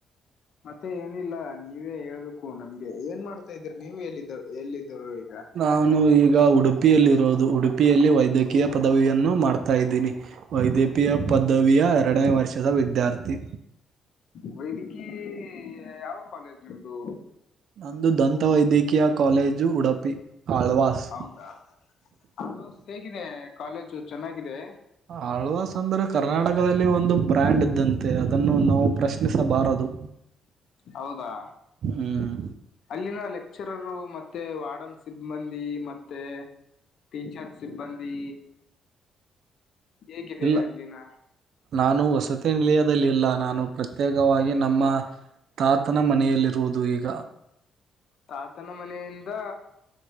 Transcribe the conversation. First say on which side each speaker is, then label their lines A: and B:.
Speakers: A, on the left; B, on the right.
A: ಮತ್ತೆ ಏನಿಲ್ಲ ನೀವೇ ಹೇಳ್ಬೇಕು ನಮ್ಗೆ ಏನ್ ಮಾಡ್ತಾ ಇದೀರಿ ನೀವ ಎಲ್ಲಿದ್ದ ಎಲ್ಲಿದ್ದ್ರು ಈಗ
B: ನಾನು ಈಗ ಉಡುಪಿಯಲ್ಲಿರೋದು ಉಡುಪಿಯಲ್ಲಿ ವೈದ್ಯಕೀಯ ಪದವಿಯನ್ನು ಮಾಡ್ತಾ ಇದ್ದೀನಿ. ವೈದ್ಯಕೀಯ ಪದವಿಯ ಎರಡನೇ ವರ್ಷದ ವಿದ್ಯಾರ್ಥಿ.
A: ವೈದಿಕೀ ಯಾವ ಕಾಲೇಜ್ ನಿಮ್ದು.
B: ನಂದು ದಂತ ವೈದ್ಯಕೀಯ ಕಾಲೇಜು ಉಡುಪಿ ಆಳ್ವಾಸ್.
A: ನಾ ಹ ಹೇಗಿದೆ ಕಾಲೇಜು ಚೆನ್ನಾಗಿದೆ.
B: ಆಳ್ವಾಸ್ ಅಂದ್ರೆ ಕರ್ನಾಟಕದಲ್ಲಿ ಒಂದು ಬ್ರ್ಯಾಂಡ್ ಇದ್ದಂತೆ ಅದನ್ನು ನಾವು ಪ್ರಶ್ನಿಸಬಾರದು.
A: ಹೌದಾ
B: ಹ್ಮ್
A: ಅಲ್ಲಿನ ಲೆಕ್ಚರರು ಮತ್ತೆ ವಾರ್ಡನ್ ಸಿಬ್ಬಂದಿ ಮತ್ತೆ <unintelligible> ಸಿಬ್ಬಂದಿ ಹೇಗಿದೆ
B: ಇಲ್ಲ
A: ಅಲ್ಲಿನ.
B: ನಾನು ವಸತಿ ನಿಲಯದಲ್ಲಿಲ್ಲ ನಾನು ಪ್ರತ್ಯೇಕವಾಗಿ ನಮ್ಮ. ತಾತನ ಮನೆಯಲ್ಲಿರುವುದು ಈಗ.
A: ತಾತನ ಮನೆಯಿಂದ